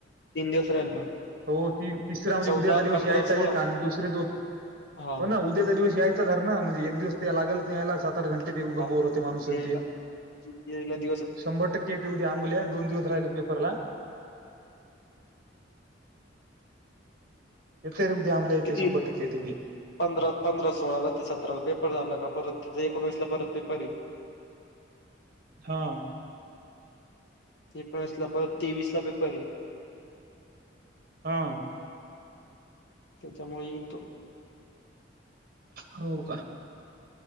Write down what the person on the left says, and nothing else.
तीन दिवस राहील ना
चौदा
पंधरा
सोळा
हा
हा
यायला
यायला दिवस
किती
पंधरा पंधरा सोळाला ते सतराला पेपर झाला का परत तिथे एकोणवीस ला परत पेपरी हाय
एकोणीसला परत तेवीस ला पेपर आहे
त्याच्यामुळे येईल तो